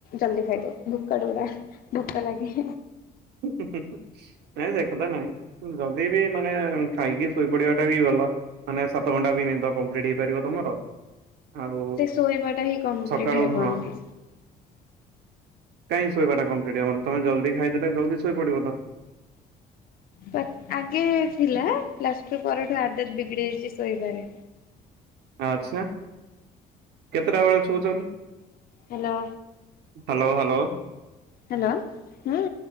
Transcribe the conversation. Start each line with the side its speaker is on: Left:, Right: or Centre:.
Left: ଜଲ୍ଦି ଖାଇଦଉ ଭୋକାଳୁ ଗୁଡା ଭୋକ ଲାଗେ।
Right: <unintelligible> ନାଇଁ ସେ କଥା ନାଇଁ ଜଲ୍ଦି ବି ମାନେ ଖାଇକି ଶୋଇପଡିବାଟା ବି ଭଲ। ମାନେ ସାତଘଣ୍ଟା ବିି ନିଦ କମ୍ପ୍ଲିଟ୍ ହେଇପାରିବ ତମର। ଆଉ
Left: ସେ ଶୋଇବାଟା ହିଁ କମ୍ପ୍ଲିଟ
Right: ସକାଳୁ
Left: ହେବନି।
Right: ହଁ। କାଇଁ ଶୋଇବା ଟା କମ୍ପ୍ଲିଟ୍ ହବନି ତମେ ଜଲ୍ଦି ଖାଇଦେଲେ ଜଲ୍ଦି ଶୋଇପଡିବ ତ।
Left: ତ ଆଗେ ଥିଲା ପ୍ଲସ୍ ଟୁ ପରଠୁ ଆଦତ ବିଗିଡି ଯାଇଛି ଶୋଇବାରେ।
Right: ଆଛା କେତେଟା ବେଳେ ଶୋଉଛନ୍ତି?
Left: ହାଲୋ।
Right: Hello hello.
Left: ହାଲୋ ହୁଁ